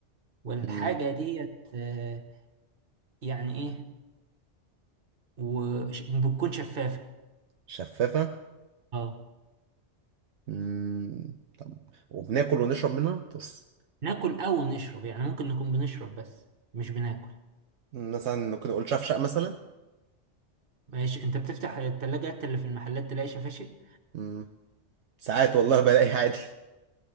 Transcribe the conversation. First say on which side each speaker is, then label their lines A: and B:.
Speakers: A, on the right; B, on the right.
A: والحاجه
B: مم.
A: ديت آه، يعني ايه وبتكون شفافه
B: شفافة
A: اه
B: مم. طب وبناكل ونشرب منها بس
A: ناكل او نشرب يعني ممكن نكون بنشرب بس مش بناكل
B: مثلا ممكن نقول شفشق مثلا
A: ماشي انت بتفتح التلاجات اللي في المحلات تلاقي شفاشي
B: مم. ساعات والله بلاقي عادي